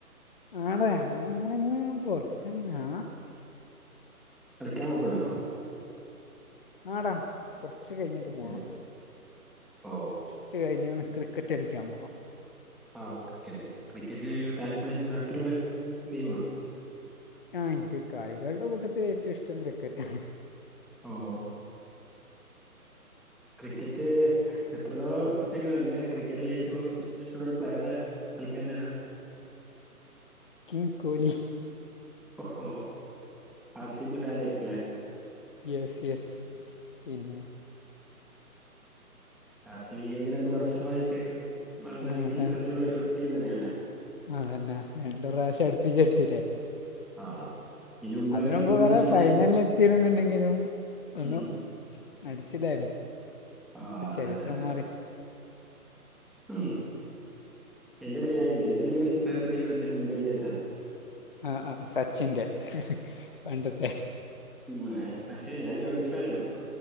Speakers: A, on the left (about 35°); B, in the centre.
A: ആടെ അങ്ങനങ്ങനെങ്ങെ പൊറത്ത്ന്നാ.
B: കളിക്കാൻ പോക്കുണ്ടോ
A: ആടാ കൊറച്ച് കഴിഞ്ഞിട്ട്. പോണം
B: ഏ ഓ
A: കുറച്ച് കഴിഞ്ഞ് ക്രിക്കറ്റ് കളിക്കാൻ പോണം.
B: ആഹ് ക്രിക്കറ്റ് ക്രിക്കറ്റ് താല്പ്പ്ള് താല്പര്യൊള്ള ഗെയിംമാണൊ
A: ആഹ് ഇക്ക് കായികാളുടെ കൂട്ടത്തിൽ ഏറ്റവും ഇഷ്ടം ക്രിക്കറ്റാണ്
B: ഓ ക്രിക്കറ്റ് എത്ര <unintelligible> ക്രിക്കറ്റിൽ ഏറ്റവും ഇഷ്ടപ്പെട്ട പ്ലെയർ ആരാ കളിക്കാരനരാ.
A: കിങ് കോലി.
B: ഓഹോ ആർ സി ബി ഫാൻ ആയിരിക്കുംലേ.
A: യെസ് യെസ് പിന്നെ.
B: ആസി വി കഴിഞ്ഞ രണ്ടു വർഷമായിട്ട് വളരെയധികം
A: ആ അതാണ്
B: ചിത്രത്തിലുള്ള ഒരു ടീം തന്നെയല്ലേ.
A: അതന്നെ രണ്ട് പ്രാവശ്യം അടുപ്പിച്ചടിച്ചുല്ലേ.
B: ആ ഇതിന് മുമ്പാകെ
A: അതിനുമ്പ്
B: മുംബൈ
A: കുേറെേ
B: ചെന്നൈ
A: ഫൈനലിൽ എത്തിട എന്നുണ്ടെങ്കിലും ഒന്ന്.
B: ഉം
A: അടിച്ചിലേ
B: ആഹ്
A: ഇപ്പൊ
B: അതെ
A: ചരിത്രം
B: അതെ അതെ
A: മാറി
B: അതെ ഉം എന്തായാലും എന്റെ ടീം വെച്ച ഫേവററ്റ് ടീംന്ന് വെച്ചാലും മുംബൈ ഇന്ത്യൻസ് ആണ്
A: ആ ആ സച്ചിന്റെ പണ്ടത്തെ
B: മ പക്ഷെ ഞാൻ രോഹിത് ഫാനാണ്